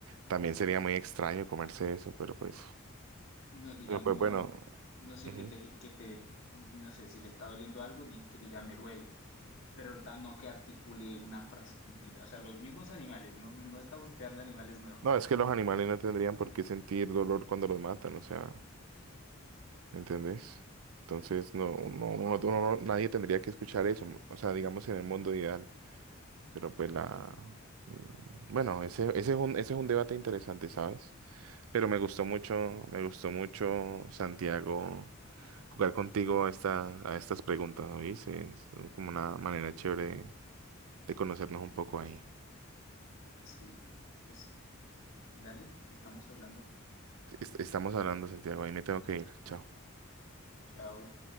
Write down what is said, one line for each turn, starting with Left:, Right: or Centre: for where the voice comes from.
Right: también sería muy extraño comerse eso, pero pues,
Left: no, digamos,
Right: pero pues bueno.
Left: no sé,
Right: ujú.
Left: que te, que te, no sé, si le está doliendo algo, di- que diga me duele, pero ta- no que articule una frase completa. O sea, los mismos animales, no, no estamos creando animales nuevos.
Right: No, es que los animales no tendrían por qué sentir dolor cuando los matan, o sea. ¿entendés? Entonces, no, no, uno- uno no- nadie tendría que escuchar eso, o sea, digamos en el mundo ideal, pero pues la... mm, Bueno, ese, ese es un, ese es un debate interesante, ¿sabes? Pero me gustó mucho, me gustó mucho, Santiago, jugar contigo a, esta, a estas preguntas, ¿oíste? Es como una manera chévere de conocernos un poco ahí.
Left: Sí, pues dale, estamos hablando.
Right: Est- Estamos hablando, Santiago, ahí me tengo que ir. Chao.
Left: Chao.